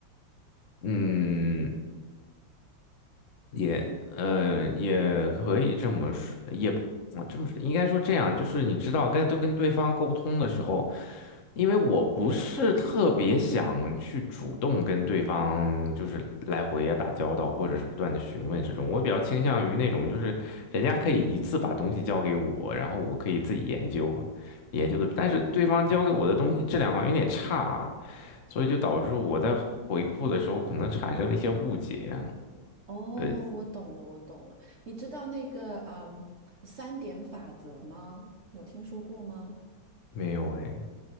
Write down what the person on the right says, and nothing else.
哦，
我懂了，我懂了。你知道那个嗯三点法则吗？有听说过吗？